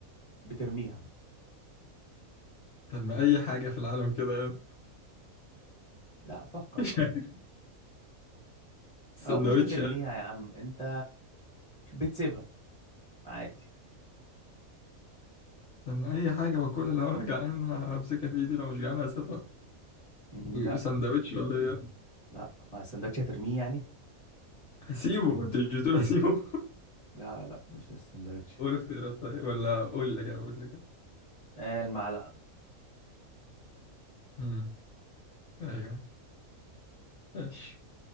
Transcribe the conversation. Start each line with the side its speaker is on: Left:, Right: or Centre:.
Centre: بترميها
Left: طب ما أي حاجة في العالم كده يعني
Centre: لا فكر
Left: مش
Centre: بقى
Left: عارف سندوتش
Centre: او مش بترميها
Left: يعني
Centre: يا عم انت بتسيبها عادي
Left: طب ما أي حاجة باكلها لو أنا جعان همسكها في إيدي لو مش جعان هسيبها
Centre: مم، لا
Left: السندوتش ولا إيه يعني؟
Centre: لا مع السندوتش هترميه يعني
Left: هسيبه أنت مش بتقول هسيبه
Centre: لا لا مش السندوتش
Left: <laughs> قول اختيارات طيب ولا قول اللي جاي قول اللي جاي
Centre: آه المعلقة
Left: امم أيوه ماشي